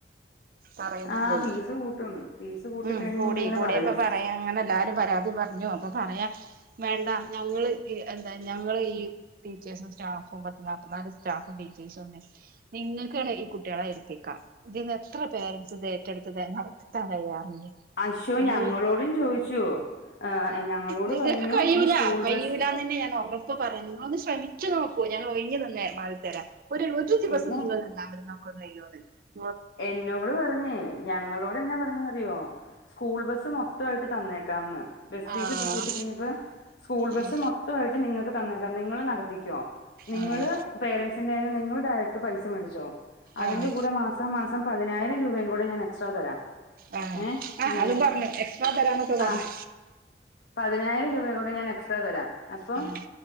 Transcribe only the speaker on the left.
ആ ഫീസ് കൂട്ടും ഫീസ് കൂട്ടി
കഴിഞ്ഞ്
കഴിയുമ്പോ ഇങ്ങനെ
പറയും
ഐശോ
ഞങ്ങളോടും ചോദിച്ചു ഏഹ് ഞങ്ങളോട്
പറഞ്ഞു
ഈ സ്കൂൾ
ബസ്
ഇല്ല
എന്നോട് പറഞ്ഞേ ഞങ്ങളോട് എന്ന പറഞ്ഞതെന്നറിയോ സ്കൂൾ ബസ് മൊ മൊത്തയിട്ട് തന്നേക്കാംന്ന് ബെസ്
ഫീസ് ഇപ്പം കൂട്ടിക്കഴിഞ്ഞപ്പോ സ്കൂൾ ബസ്സ്
മൊത്തമായിട്ട് നിങ്ങക്ക് തന്നേക്കാം നിങ്ങള് നടത്തിക്കോ നിങ്ങള്
പേരൻറ്സിന്റെ കൈയ്യിൽ നിന്ന് നിങ്ങള് ഡെയറക്ട് പൈസ മേടിച്ചോ അതിന്റെ
കൂടെ മാ മാസ മാസം പതിനായിരം രൂപയും കൂടെ ഞാൻ എക്സ്ട്രാ തരാം
ഏ
ഏ
ആ പതിനായിരം രൂപയും കൂടെ ഞാൻ എക്സ്ട്രാ തരാം അപ്പൊ